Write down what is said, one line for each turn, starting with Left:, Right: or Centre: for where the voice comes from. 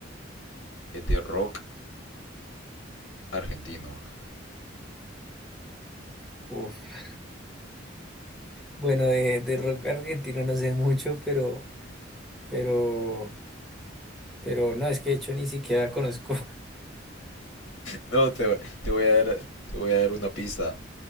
Left: Es de rock argentino. <laughs>
Centre: Uf. Bueno, de, de rock argentino no sé mucho, pero, pero, pero no, es que de hecho ni siquiera conozco.
Left: No, te, te voy a dar, te voy a dar una pista.